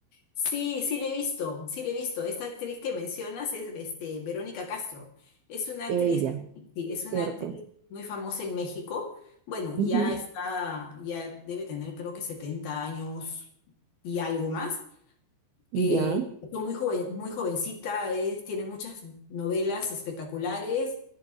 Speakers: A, on the left; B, on the right.
A: sí, sí le he visto, sí le he visto. Esta actriz que mencionas es este, Verónica Castro. Es una actriz,
B: Ella,
A: sí, es
B: ¿cierto?
A: una actriz muy famosa en México. Bueno, ya
B: Ujú,
A: está, ya debe tener creo que 70 años y algo más. Eh,
B: Ya,
A: fue muy joven, muy jovencita, es- tiene muchas novelas espectaculares,